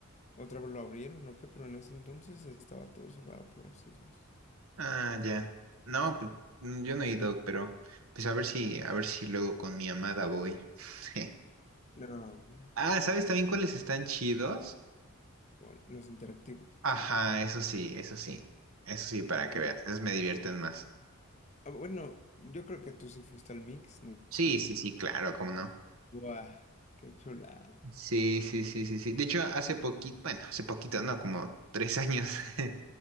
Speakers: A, on the left (about 30°); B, on the right (about 75°).
A: otra vez lo abrieron o qué, pero en ese entonces estaba todo cerrado por los sismos.
B: Ah, ya. No, pues mm, yo no he ido, pero pues a ver si, a ver si luego con mi amada voy. <laughs>
A: No, hombre,
B: Ah, ¿sabes también cuáles están chidos?
A: bueno, los interactivos.
B: Ajá, eso sí, eso sí. Eso sí, para que
A: No,
B: veas. Esos me divierten más.
A: ah, bueno, yo creo que tú sí fuiste al mix, ¿no?
B: Sí,
A: ¿No?
B: sí, sí, claro, cómo no.
A: Buah, qué chulada.
B: Sí, sí, sí, sí, sí. De hecho, hace poquito, bueno, hace poquito, no, como tres años. <laughs>